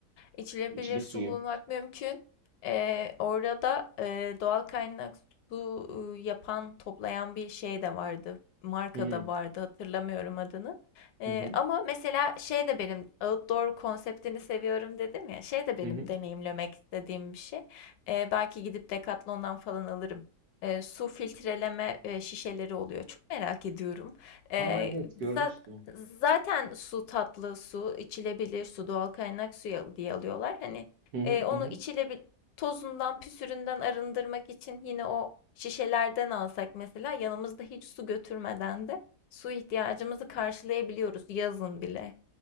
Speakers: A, on the left; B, on the right.
A: İçilebilir
B: İçme
A: su
B: suyu.
A: bulmak mümkün. Ee, orada da e, doğal kaynak su e, yapan, toplayan bir şey de vardı. Marka
B: Hı hı
A: da vardı, hatırlamıyorum adını. Ee,
B: hı hı.
A: ama mesela şey de benim outdoor konseptini seviyorum dedim ya. Şey de benim
B: hı hı.
A: deneyimlemek istediğim bir şey. Ee, belki gidip Decathlon'dan falan alırım. Ee, su filtreleme e, şişeleri oluyor. Çok merak ediyorum. Ee,
B: Aa evet görmüştüm.
A: za- Zaten su tatlı su, içilebilir su, doğal kaynak suyu diye alıyorlar. Hani,
B: Hı hı
A: eee, onu
B: hı. hı.
A: içilebil tozundan, püsüründen arındırmak için yine o şişelerden alsak mesela yanımızda hiç su götürmeden de su ihtiyacımızı karşılayabiliyoruz yazın bile.